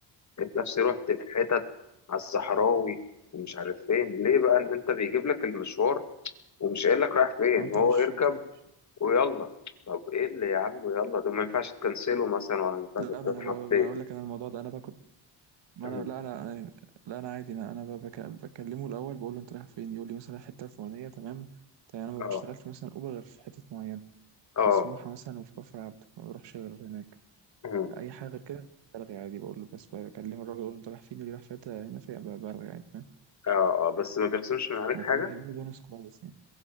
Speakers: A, on the left (about 40°); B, on the right (about 75°).
A: لقيت نفسي رحت في حتت على الصحراوي ومش عارف فين ليه بقى ان انت بيجيب لك المشوار ومش قايل لك رايح فين
B: ما انت
A: هو
B: مش
A: اركب
B: بتاع مش
A: ويلا طب ايه اللي يا عم يلا ده ما ينفعش تكنسله مثلا ولا ما
B: لا
A: ينفعش
B: ما
A: تضغط
B: انا بقول
A: ايه
B: ما أنا اقول لك انا الموضوع ده انا باكل ما
A: مم.
B: انا لا انا أنا- لا انا عادي انا انا بك- بكلمه الاول بقول له انت رايح فين يقول لي مثلا رايح الحته الفلانيه تمام تمام انا ما
A: اه
B: بشتغلش مثلا اوبر غير في حته معينه
A: اه
B: في سموحه مثلا وفي كفر عبده ما بروحش غير هناك
A: مم.
B: اي حاجه غير كده بلغي عادي بقول له بس بكلم الراجل اقول له انت رايح فين يقول لي رايح في حته هنا في بلغي عادي فاهم
A: اه اه بس ما بيخصمش من عليك
B: وكمان
A: حاجة
B: بيعملوا بونص كويس يعني